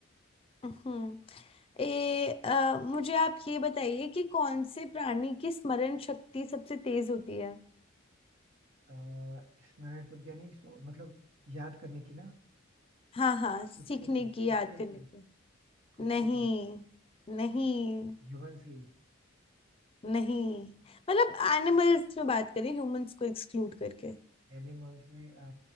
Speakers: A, on the left; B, on the right.
A: हम्म ए, अ, मुझे आप ये बताइए कि कौन से प्राणी की स्मरण शक्ति सबसे तेज होती है
B: अ, स्मरण शक्ति यानी सो- मतलब याद करने की ना
A: हाँ हाँ सीखने
B: कुत्ते की
A: की
B: कुत्ते
A: याद करने
B: की
A: की
B: कुत्ते
A: नहीं
B: की
A: नहीं
B: ह्यूमंस की
A: नहीं मतलब एनिमल्स में बात करें ह्यूमंस को एक्सक्लूड करके
B: एनिमल्स में अ,